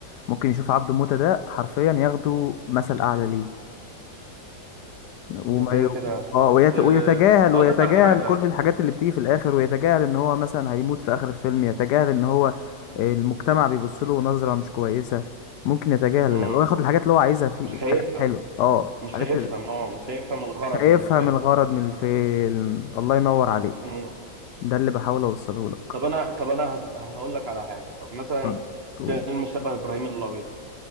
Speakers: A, on the left (about 75°); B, on the right (about 35°).
A: ممكن يشوف عبده موتة ده حرفيا ياخده مثل أعلى ليه وما
B: ده كده
A: ي...
B: كده
A: اه
B: بس
A: ويت...
B: آه،
A: ويتجاهل
B: اقول
A: ويتجاهل
B: لك على حاجه
A: كل
B: يا اسطى
A: الحاجات اللي بتيجي في الآخر ويتجاهل إن هو مثلا هيموت في آخر الفيلم يتجاهل إن هو المجتمع بيبص له نظرة مش كويسة ممكن يتجاهل
B: مم.
A: وياخد الحاجات اللي هو عايزها في الحاجات
B: مش هيفهم
A: الحلوة اه
B: مش
A: الحاجات
B: هيفهم
A: اللي
B: اه مش هيفهم الغرض
A: شايفها
B: من الفيلم
A: من الغرض من الفيلم الله ينور عليك
B: مم.
A: ده اللي بحاول أوصله لك
B: طب انا طب انا هس... هقول لك على حاجه طب مثلا
A: برضو.
B: فيلم شبه ابراهيم الابيض